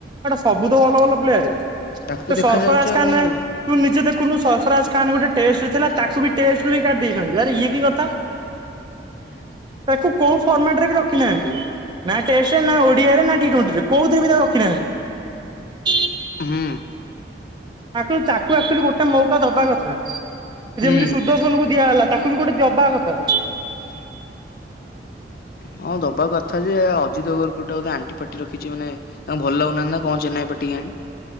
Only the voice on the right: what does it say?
ଏଟା ସବୁ ତ ଭଲ ଭଲ ପ୍ଲେୟାର
ସେ
ସର୍ଫରାଜ
ଖାନ
ତୁ ନିଜେ ଦେଖୁନୁ ସର୍ଫରାଜ ଖାନ୍ ଗୋଟେ ଟେଷ୍ଟ ଥିଲା ତାକୁ ବି ଟେଷ୍ଟ ରୁ ବି କାଟି ଦେଇଛନ୍ତି ଆରେ ଇଏ କି କଥା।
ତାକୁ କୋଉ ଫର୍ମାଟ ରେ ବି ରଖିନାହାନ୍ତି ନା ଟେଷ୍ଟ ନା ଓ ଡିଆଇ ରେ ନା ଟି ଟ୍ବେଣ୍ଟି ରେ କୋଉଥିରେ ବି ତାକୁ ରଖିନାହାନ୍ତି।
ତାକୁ ତାକୁ ଅର୍ଚୋଲି ଗୋଟେ ମଉକା ଦବା କଥା
ଯେମିତି ସୁଦର୍ଶନଙ୍କୁ ଦିଆ ହେଲା ତା କିନ୍ତୁ ଗୋଟେ ଦବା କଥା।